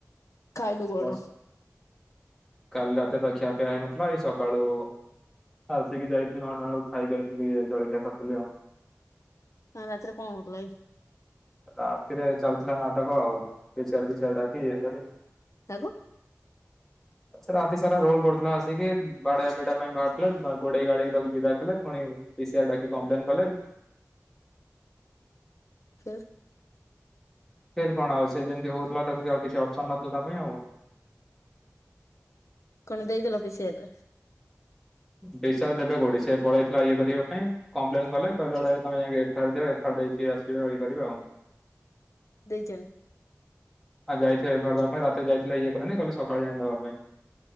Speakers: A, on the left (about 65°); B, in the centre.
A: ଖାଇଲୁ କଣ?
B: ବର୍ଷା କାଲି ରାତିରେ ପା ଖିଆପିଆ ହେଇନଥିଲା ଏଇ ସକାଳୁ ଆସିକି ଯାଇଥିଲି ନଅଟା ବେଳକୁ ଖାଇକି ଆସଥିଲି ଏ ଜଳଖିଆ କରଥୁଲି ଆଉ।
A: ଆଁ ରାତିରେ କଣ ହୋଉଥିଲା କି?
B: ରାତିରେ ଚାଲୁଥୁଲା ନାଟକ ଆଉ ପିଚାରି ପିଚାରି ଡାକି ଇଏ କରି।
A: କାହାକୁ?
B: ସେ ରାତିସାରା ରୋଲ କରୁଥୁଲା ଆସିକି ବାଡଆ ପିଟା ପାଇଁ ବାହାରଥିଲେ ବା ଘୋଡେଇ ଘାଡେଇକି ତାକୁ ବିଦା କଲେ ଫୁଣି ପି ସି ଆଇ ଡାକି କପ୍ଲେନ୍ କଲେ।
A: ଫେର?
B: ଫେରେ କଣ ଆଉ ସେ ଯେମିତି ହୋଉଥିଲା ତାକୁ ଆଉ କିଛି ଅପସନ ନଥିଲା ତା ପାଇଁ ଆଉ।
A: ପୁଣି ଦେଇଦେଲ ପି ସି ଆର୍ ରେ?
B: ବିସ ଆଉ ଦେବେ କୋଉଠି ସେ ପଳେଇଥିଲା ଇଏ କରିବା ପାଇଁ। କମ୍ପ୍ଲେନ କଲେ କହିଲେ ଗୋଟେ ତମେ ଯାଇକି ଏଫେଆର୍ ଦିଅ ଏଫେଆର୍ ଦେଇକି ଆସିବ ଇଏ କରିବ ଆଉ।
A: ଦୁଇଜନ୍
B: ଆଉ ଯାଇଥିବେ ଏଫେଆର ଦବା ପାଇଁ ରାତି ଯାଇଥିଲେ ଇଏ କଲେନି କହିଲ ସକାଳେ ଯାଇଁ ଦବାପାଇଁ।